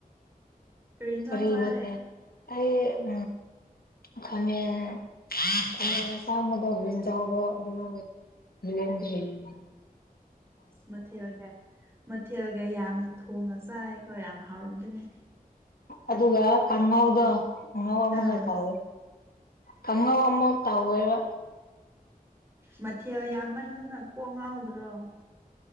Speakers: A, on the right (about 15°); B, on the left (about 75°).
A: ꯏꯟꯁꯥꯡ
B: ꯀꯔꯤ
A: ꯆꯥꯔꯦ
B: ꯃꯊ‌ꯦꯟ ꯑꯩ ꯎꯝ ꯈꯥꯃꯦꯟ ꯈꯥꯃꯦꯟ ꯑꯁꯥꯡꯕꯗꯣ ꯕ꯭ꯔꯤꯖꯥꯜꯗꯣ ꯑꯗꯨꯒ ꯕ‌ꯦꯂꯟꯗ꯭ꯔꯤꯒ
A: <inaudible> ꯃꯊꯦꯜꯒ ꯃꯊꯦꯜꯒ ꯌꯥꯝꯅ ꯊꯣꯡꯉ ꯆꯥꯏꯀꯣ ꯌꯥꯝ ꯍꯥꯎꯔꯝꯒꯅꯤ
B: ꯑꯗꯨꯒ ꯀꯥꯉꯧꯗ‌ꯣ ꯀꯥꯉꯧ ꯑꯃꯒ
A: ꯑꯥ
B: ꯇꯧꯋꯤ ꯀꯥꯉꯧ ꯑꯃ ꯇꯧꯋ‌ꯦꯕ
A: ꯃꯊꯦꯜ ꯌꯥꯝꯃꯟꯗꯅ ꯀꯣꯛ ꯉꯥꯎꯗ꯭ꯔꯣ